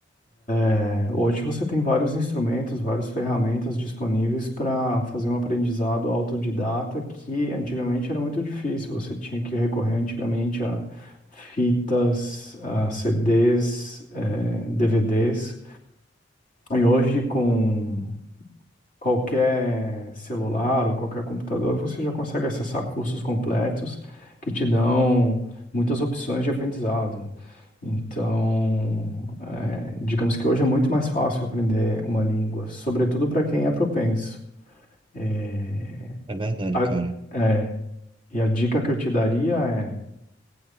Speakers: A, on the left; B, on the right.
A: É, hoje você tem vários instrumentos, várias ferramentas disponíveis para fazer um aprendizado autodidata que antigamente era muito difícil. Você tinha que recorrer antigamente a fitas, a CDs, é, DVDs. E hoje, com qualquer celular ou qualquer computador, você já consegue acessar cursos completos que te dão muitas opções de aprendizado. Então, é, digamos que hoje é muito mais fácil aprender uma língua, sobretudo para quem é propenso. É,
B: É verdade,
A: a-
B: cara.
A: é, e a dica que eu te daria é